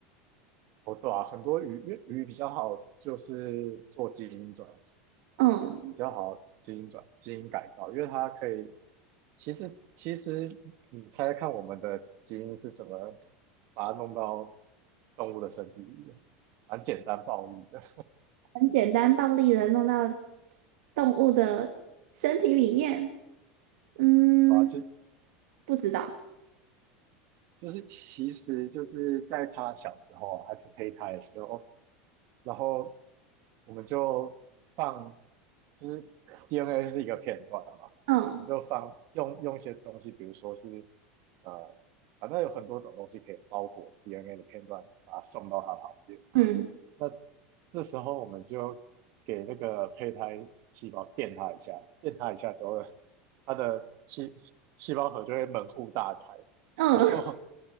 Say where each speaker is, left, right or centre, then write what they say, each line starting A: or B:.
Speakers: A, on the right; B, on the right.
A: 哦对啊，很多鱼，因为鱼比较好，就是做基因转，比
B: 嗯，
A: 较好基因转基因改造，因为它可以其实其实你猜猜看，我们的基因是怎么把它弄到动物的身体里面？蛮简单暴力的，
B: 很简单暴力的弄到动物的身体里面。嗯，
A: 啊，其
B: 不知道。
A: 就是其实就是在它小时候啊还是胚胎的时候，然后我们就放，就是 DNA 是一个片段嘛，
B: 嗯
A: 你就放用用一些东西，比如说是呃，反正有很多种东西可以包裹 DNA 的片段，把它送到它旁边。
B: 嗯
A: 那这这时候我们就给那个胚胎细胞电它一下，电它一下之后，它的细细胞核就会门户大开，
B: 嗯
A: 然后